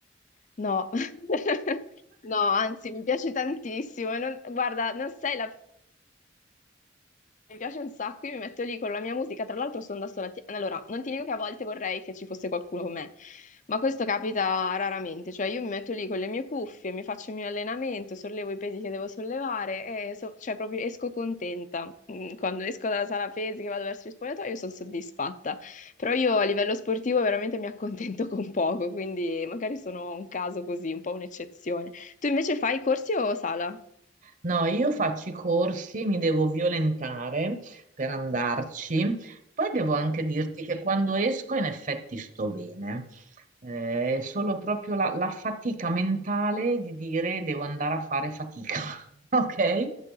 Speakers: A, on the left; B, on the right.
A: No, <laughs> no, anzi, mi piace tantissimo. e non- Guarda, non sei la Mi piace un sacco, io mi metto lì con la mia musica, tra l'altro sono da sola. Ti- Allora, non ti dico che a volte vorrei che ci fosse qualcuno con me, ma questo capita raramente, cioè io mi metto lì con le mie cuffie, mi faccio il mio allenamento, sollevo i pesi che devo sollevare e so- cioè proprio esco contenta. Mm, Quando esco dalla sala pesi che vado verso il spogliatoio sono soddisfatta, però io a livello sportivo veramente mi accontento <laughs> con poco, quindi magari sono un caso così, un po' un'eccezione. Tu invece fai corsi o sala?
B: No, io faccio i corsi, mi devo violentare per andarci. Poi devo anche dirti che quando esco in effetti sto bene. Eh, è solo proprio la, la fatica mentale di dire devo andare a fare fatica, <laughs> ok?